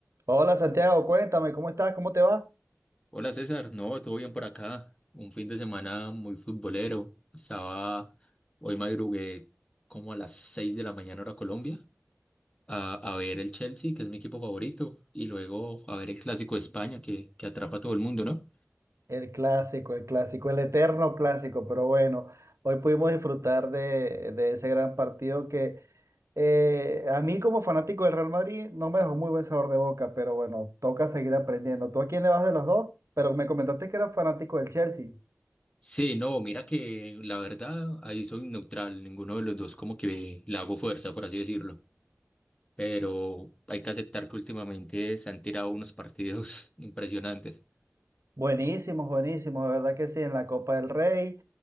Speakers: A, on the right; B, on the left.
A: Hola Santiago, cuéntame, ¿cómo estás? ¿Cómo te va?
B: Hola César, no, todo bien por acá. Un fin de semana muy futbolero. Estaba, hoy madrugué como a las 6 de la mañana hora Colombia a, a ver el Chelsea, que es mi equipo favorito, y luego a ver el Clásico de España que, que atrapa a todo el mundo, ¿no?
A: El clásico, el clásico, el eterno clásico, pero bueno, hoy pudimos disfrutar de, de ese gran partido que eh, a mí como fanático del Real Madrid no me dejó muy buen sabor de boca, pero bueno, toca seguir aprendiendo. ¿Tú a quién le vas de los dos? Pero me comentaste que eras fanático del Chelsea.
B: Sí, no, mira que la verdad ahí soy neutral, ninguno de los dos como que le hago fuerza, por así decirlo. Pero hay que aceptar que últimamente se han tirado unos partidos <laughs> impresionantes.
A: Buenísimos, buenísimos, de verdad que sí, en la Copa del Rey,